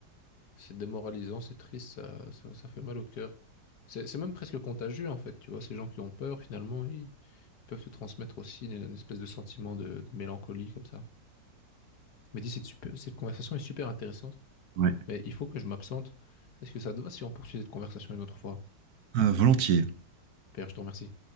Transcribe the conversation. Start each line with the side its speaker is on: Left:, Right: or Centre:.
Left: C'est démoralisant, c'est triste, ça, ça, ça fait mal au cœur. C'est c'est même presque contagieux en fait, tu vois, ces gens qui ont peur finalement, ils peuvent se transmettre aussi une, une espèce de sentiment de, de mélancolie comme ça. Mais dis, cette, super- cette conversation est super intéressante,
Right: Ouais.
Left: mais il faut que je m'absente. Est-ce que ça te va si on poursuit cette conversation une autre fois?
Right: Euh, volontiers.
Left: Pierre, je te remercie.